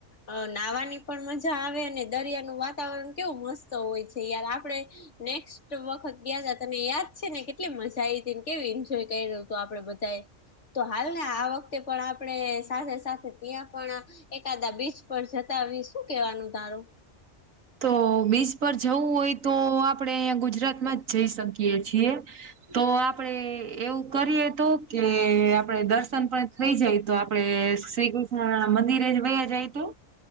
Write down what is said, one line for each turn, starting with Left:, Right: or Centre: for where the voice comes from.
Left: અ નાહવાની પણ મજા આવે અને દરિયાનું વાતાવરણ કેવું મસ્ત હોય છે. યાર આપડે નેક્સ્ટ વખત ગયા ત તને યાદ છે ને કેટલી મજા આવી હતીને કેવીું એન્જોય કરી રહ્યું હતું આપડે બધાએ. તો હાલ ને આ વખતે પણ આપણે સાથે સાથે ત્યાં પણ એકાદા બીચ પર જતા આવી શું કેવાનું તારું?
Right: તો બીચ પર જવું હોય તો આપણેે અહીંયા ગુજરાતમાં જ જઈ શકીએ છીએ. તો આપડે એવું કરીએ તો કે આપડે દર્શન પણ થઈ જાય તો આપડણે શ્રી કૃષ્ણ મંદિરે જ વયા જાય તો?